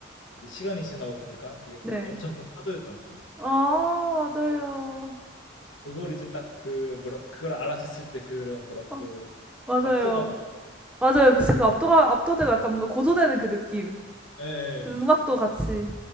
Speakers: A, on the left; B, in the centre.
A: 이제 시간이 지나고 보니까 그게
B: 네, 네.
A: 엄청
B: 네.
A: 큰 파도였던 거죠.
B: 아, 맞아요.
A: 그걸 이제 딱 그 뭐라 그걸 알아챘을 때 그런 뭐라
B: 아,
A: 그
B: 맞아요.
A: 압도감
B: 맞아요. 그치, 그 압도가, 압도되고 약간 뭔가 고조되는 그 느낌.
A: 예,
B: 그 음악도 같이.